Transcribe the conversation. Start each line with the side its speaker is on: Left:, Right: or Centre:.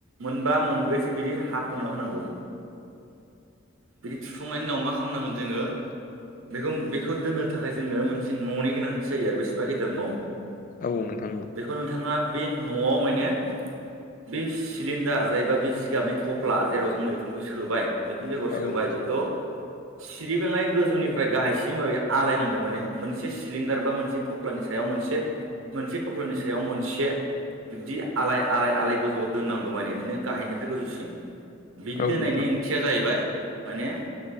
Right: मोनबा मोनब्रैसो बिदि हाफ्लंना होनांगौ । बिदि थुफुंनायनि उनाव मा खालामनांगोन जोङो बेखौ बेखौ दोननो थाखाय जोङो मोनसे न'नि गोनांथि जायो आरो बेसेबा गिदिर न'
Left: औ नोंथां औ
Right: बेखौ नोंथाङा बे न'आव माने बे सिलिणडार जायबा बे जिगाबनि थफ्ला जेराव जों मैखुनखौ सोबाय मैखुन बेगर
Left: औ
Right: सोबाय
Left: नोंथां
Right: बेखौ सिरिबाङै गोजौनिफ्राय गाहायसिम ओरै आलायनांगौ माने मोनसे सिलिंदार <unintelligible> मोनसे थफ्लानि सायाव मोनसे मोनसे थफ्लानि सायाव मोनसे । बिब्दि आलाय आलाय आलाय गोजौआव दोननांगौ माने बिदिनो गाहायनिफ्राय गोजौसिम । बिनि
Left: औ
Right: दोननायनि
Left: नोंथां
Right: ओंथिया जाहैबाय माने